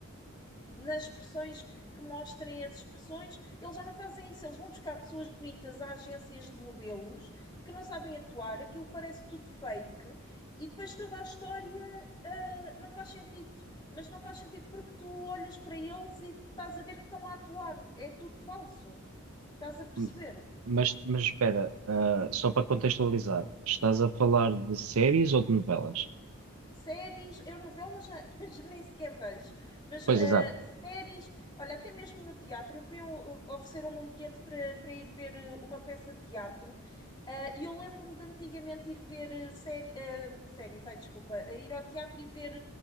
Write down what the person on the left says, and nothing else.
nas expressões que mostrem as expressões, eles já não fazem isso, eles vão buscar pessoas bonitas a agências de modelos que não sabem atuar, aquilo parece tudo fake e depois toda a história ah, não faz sentido. Mas não faz sentido porque tu olhas para eles e estás a ver que estão a atuar, é tudo falso. Estás a perceber?
Séries, eu novelas já, <laughs> já nem sequer vejo, mas
eh,
séries, olha, até mesmo no teatro, eu fui a um- ofereceram-me um bilhete para para ir ver eh, uma peça de teatro, eh, e eu lembro-me de antigamente ir ver eh, séri- eh, séries, ai desculpa, eh, ir ao teatro e ver,